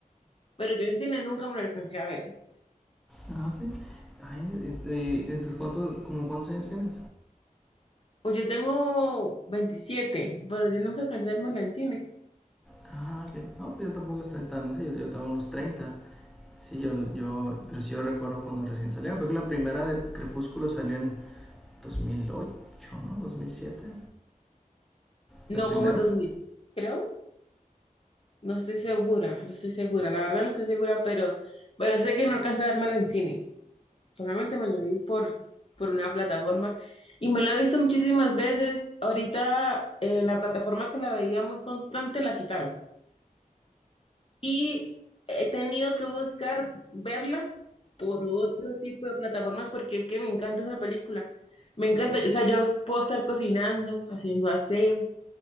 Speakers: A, on the left (about 40°); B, in the centre.
A: pero yo en cine nunca me la alcancé a ver.
B: Ah, sí. Ay, y eh, entonces, ¿cuánto, como cuántos años tienes?
A: Pues yo tengo 27 pero yo nunca alcancé a verme en cine.
B: Ah, ok. No, pues yo tampoco estoy tan, sí, yo, yo tengo unos treinta Sí, yo, yo, pero sí yo recuerdo cuando recién salieron. Creo que la primera de Crepúsculo salió en dos mil ocho ¿no? dos mil siete
A: No,
B: La primera.
A: como en 2000,
B: <laughs>
A: creo. No estoy segura, no estoy segura. La verdad no estoy segura, pero, pero sé que no alcancé a vérmela en cine. Solamente me la vi por, por una plataforma y me la he visto muchísimas veces. Ahorita eh, la plataforma que la veía muy constante la quitaron. Y he tenido que buscar verla por otro tipo de plataformas porque es que me encanta esa película. Me encanta, o sea, yo puedo estar cocinando, haciendo aseo,